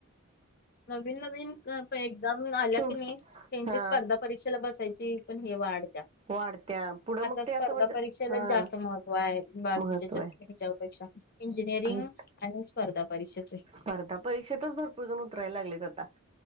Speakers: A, on the left; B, on the right.
A: नवीन नवीन प एकदम आल्या
B: तुम
A: की नाही त्यांची
B: हा
A: स्पर्धा परीक्षेला बसायची पण हे वाढत्या
B: वाढत्या पुढं मग
A: आता स्पर्धा
B: ते असं म्हणजे
A: परीक्षेलाच
B: हा
A: जास्त महत्व आहे बाकीच्या
B: महत्त्व
A: ह्याच्यात
B: आहे
A: ह्याच्यापेक्षा इंजिनिअरिंग
B: आणि
A: आणि स्पर्धा परीक्षाचे
B: स्पर्धा परीक्षेतच भरपूर जण उतरायला लागलेत आता